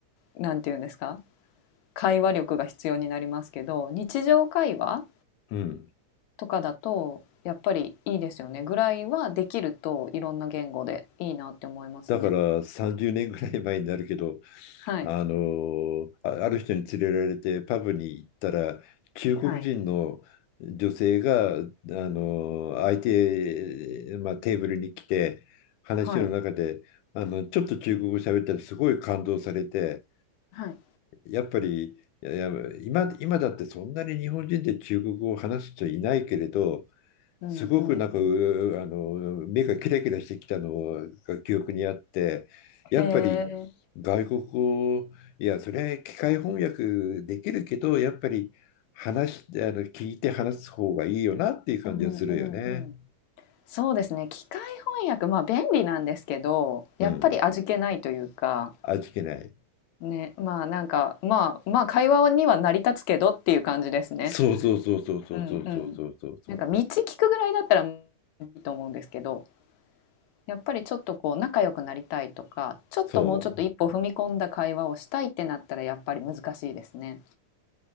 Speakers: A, on the left; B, on the left.
A: なんて言うんですか、会話力が必要になりますけど、日常会話
B: うん
A: とかだとやっぱりいいですよねぐらいはできるといろんな言語でいいなって思いますね。
B: だから30年ぐらい前になるけど、
A: はい
B: あのあある人に連れられてパブに行ったら中国人の女性があの相手、
A: はい
B: まあ、テーブルに来て話の中であのちょっと中国語喋ったらすごい感動されて
A: はいはい。
B: やっぱりいやいや今、今だってそんなに日本人で中国語を話す人いないけれど
A: うんうんうん。
B: すごくなんか、うあの、目がキラキラしてきたのが記憶にあって、やっぱり
A: へえ。
B: 外国語、いや、それは機械翻訳できるけど、やっぱり話し、あの、聞いて話す方がいいよなっていう感じはするよね。
A: うんうんうん。そうですね。機械翻訳、まあ便利なんですけど、
B: うん。
A: やっぱり味気ないというか、
B: 味気ない。
A: ね、まあなんか、まあまあ会話には成り立つけどっていう感じですね。
B: そうそうそうそうそうそうそうそうそうそう。
A: うんうん。なんか道聞くぐらいだったらいいと思うんですけど。やっぱりちょっとこう仲良くなりたいとか、ちょっともうちょっと一歩踏み込んだ会話をしたいってなったらやっぱり難しいですね。
B: そう